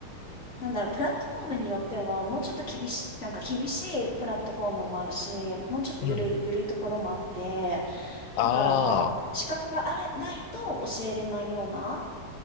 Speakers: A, on the left; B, on the left.
A: う、なんだろう、プラットフォームによっては、もうちょっと厳しい、なんか厳しいプラットフォームもあるし、もうちょっとゆるい、
B: うん。
A: ゆるいところもあって、
B: あ
A: だからまあ、資格があれ、ないと教えれないような